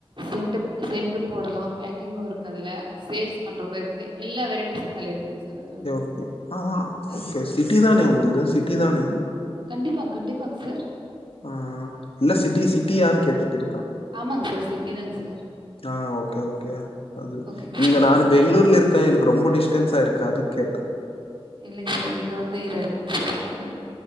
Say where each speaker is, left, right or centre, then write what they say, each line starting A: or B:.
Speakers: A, on the right; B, on the left.
A: சென்ட்டு சென்ட்டு போடலா பேக்கிங்கு இருக்கு அதுல சேல்ஸ் பண்றது இருக்கு எல்லா வெரைட்டிஸ் அதுல இருக்குங் சார் அதுல
B: சேர்
A: வந்து.
B: ஓகே ஆ அ
A: அது-
B: ஓகே சிட்டி தானே உங்குள்து சிட்டி தானே
A: கண்டிப்பாங் கண்டிப்பாங் சார்
B: ஆ இல்ல சிட்டி சிட்டியானு கேட்டுட்டிருக்க
A: ஆமாங் சார் சிட்டி தாங் சார்
B: ஆ ஓகே ஓகே அது
A: ஓகேங்க
B: இங்க
A: சார்.
B: நானு
A: அதில்
B: பெங்ளூர்லிர்க் க எனக்கு ரொம்ப டிஸ்டன்ஸ்ஸா இருக்கு அதுக் கேட்டே
A: இல்லைங் சார் இங்க வந் வெயிலா இருக்குங் சார் நாங்க